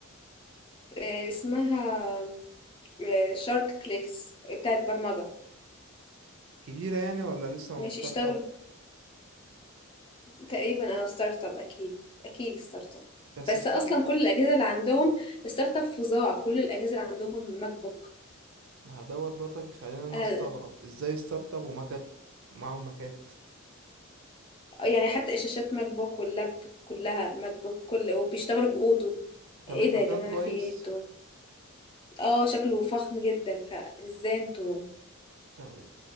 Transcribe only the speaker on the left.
آه اسمها آه، شارك كليكس بتاعت برمجه
ماشي
اشتغل
تقريبا اه ستارت اب اكيد اكيد ستارت اب
بس
اصلا كل الاجهزه اللي عندهم ستارت اب فظاع كل الاجهزه اللي عندهم ماك بوك
انا
يعني حتى الشاشات ماك بوك واللابتوب كلها ماك بوك كل وبيشتغلوا باودو
ايه
ده يا جماعه
في ايه انتوا اه شكله فخم جدا فازاي انتوا